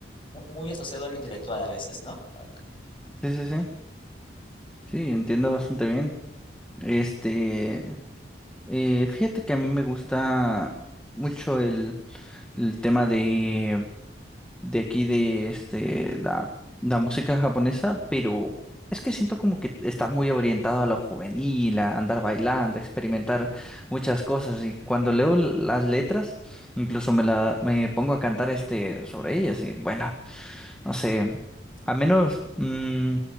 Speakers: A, on the left; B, in the centre.
A: mu- muy, asociado a lo intelectual a veces, ¿no? Ah,
B: sí, sí, sí. Sí, entiendo bastante bien. Este, eh, fíjate que a mí me gusta mucho el, el tema de de aquí de este la, la música japonesa, pero es que siento como que está muy orientado a lo juvenil, a andar bailando, a experimentar muchas cosas. Y cuando leo las letras, incluso me la me pongo a cantar este sobre ellas. Y bueno, no sé, al menos mm,